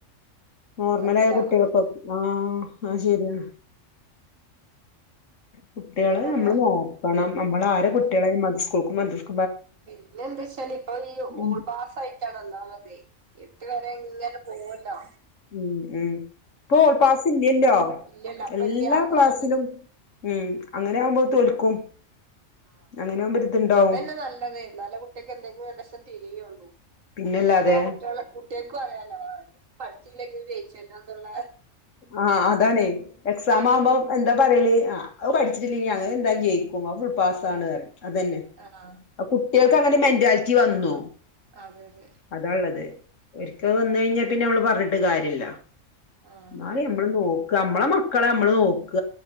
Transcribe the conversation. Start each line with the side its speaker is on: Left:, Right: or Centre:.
Left: നോർമലായ
Right: എന്താറിയില്ല
Left: കുട്ടികൾക്കെ
Right: ഓരോരുത്തര്
Left: ആ ആയ് ശരിയാണ് കുട്ടികള്
Right: എന്താ പറയാ
Left: നമ്മള് നോക്കണം നമ്മള് ആരെ
Right: നോക്കണം
Left: കുട്ടികളെയും മതി കൊക്കമ ദൃഷ്
Right: പിന്നെ എന്താ വെച്ചല് ഇപ്പ ഈ
Left: ഉം
Right: ഓൾപാസ് ആയിട്ടാണ് ഒന്നാമതി എട്ട് വരെ ഇങ്ങനെ പോവോലോ.
Left: മ് മ് ഇപ്പോ ഓൾ പാസ് ഇല്ലല്ലോ
Right: ഇല്ലല്ല അപ്പ
Left: എല്ലാ
Right: ഇല്ല അതന്നെയല്ലേ
Left: ക്ലാസിലും മ് അങ്ങനെ ആകുമ്പോ തോൽക്കും.
Right: ആ
Left: അങ്ങനെ ആകുമ്പോ ഒരിതുണ്ടാവും
Right: അതന്നെ നല്ലത് എന്നലല്ലേ കുട്ടിക്ക് എന്തെങ്കിലും രണ്ട് അക്ഷരം തിരിയൊള്ളു.
Left: പിന്നല്ലാതെ
Right: ഇതിപ്പോ കുട്ടികളെ കുട്ടികക്കും അറിയാല്ലോ പഠിച്ചില്ലെങ്കിൽ ജയിച്ചല്ലോ എന്നുള്ള
Left: ആ അതാണ് എക്സാം ആവുമ്പോ എന്താ പറ <unintelligible> ആ അവ് പഠിച്ചിട്ടില്ലെങ്കി അങ്ങനെ എന്തായാലും ജയിക്കും ഫുൾ പാസാണ്. അതന്നെ
Right: ആഹ്
Left: ആ കു കുട്ടികൾക്ക് അങ്ങനെ മെന്റാലിറ്റി വന്നു.
Right: അതെ അതെ
Left: അതാ ഇള്ളത്. ഒരിക്ക വന്ന കഴിഞ്ഞാ പിന്നെ നമ്മള് പറഞ്ഞിട്ട് കാര്യല്ല.
Right: ആഹ്
Left: നളെയ നമ്മള് നോ ക്ക നമ്മളെ മക്കളെ നമ്മള് നോക്ക.